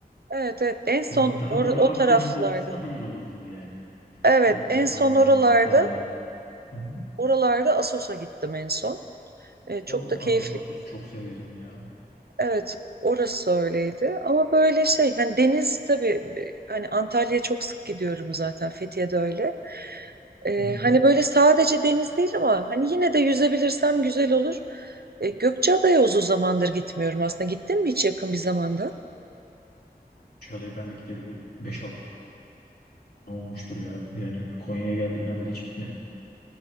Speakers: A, on the right; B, on the left.
A: Evet evet en
B: Sen
A: son
B: daha
A: or
B: böyle
A: o
B: Akdeniz
A: taraflarda.
B: bölgesi daha iyi olur gibi yani.
A: Evet
B: Ne bileyim
A: en son
B: Alanya,
A: oralarda
B: Antalya. Hı hı.
A: oralarda Assos'a gittim en son. E, çok
B: O
A: da keyifli
B: Assos Assos çok severim ya.
A: Evet, orası öyleydi. Ama böyle şey, hani deniz tabii, hani Antalya'ya çok sık gidiyorum zaten, Fethiye'de öyle. Ee,
B: Hı hı.
A: hani böyle sadece deniz değil ama hani yine de yüzebilirsem güzel olur. Ee, Gökçeada'ya uzun zamandır gitmiyorum aslında. Gittin mi hiç yakın bir zamanda?
B: Çağla'ya ben de gideri bir 5-6 olmuştur ya. Yani Konya'ya geldiğimden beri hiç gitmedim.